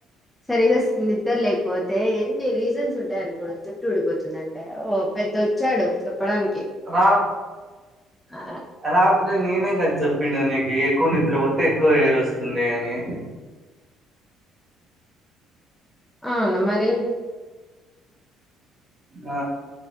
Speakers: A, in the centre; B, on the right.
A: సరిగా నిద్ర లేకపోతే ఎన్ని రీజన్స్ ఉంటాయని కూడా జుట్టు ఊడిపోతుందండి అంటే ఓ పెద్దొచ్చాడు చెప్పడానికి
B: రా
A: ఆ
B: రాత్రి నేనే గా చెప్పిన నీకి ఎక్కువ నిద్రపోతే ఎక్కువ హేయిర్ వస్తుంది అని <inaudible>
A: అవును మరి
B: ఆ